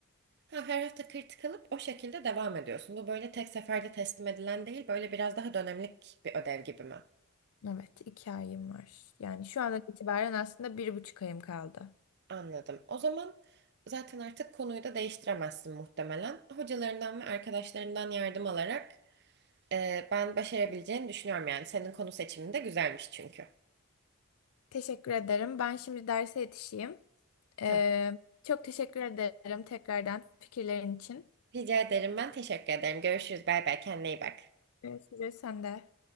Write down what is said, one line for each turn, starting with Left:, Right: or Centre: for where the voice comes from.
Right: Ha, her hafta kritik alıp o şekilde devam ediyorsun. Bu böyle tek seferde teslim edilen değil, böyle biraz daha dönemlik bir ödev gibi mi?
Left: Evet, iki ayım var. Yani şu andan itibaren aslında bir buçuk ayım kaldı.
Right: Anladım. O zaman zaten artık konuyu da değiştiremezsin muhtemelen. Hocalarından ve arkadaşlarından yardım alarak e, ben başarabileceğini düşünüyorum yani. Senin konu seçimin de güzelmiş çünkü.
Left: Teşekkür ederim. Ben şimdi derse yetişeyim. Ee,
Right: Tamam.
Left: çok teşekkür ederim tekrardan fikirlerin için.
Right: Rica ederim. Ben teşekkür ederim. Görüşürüz. Bay bay. Kendine iyi bak.
Left: Görüşürüz sen de.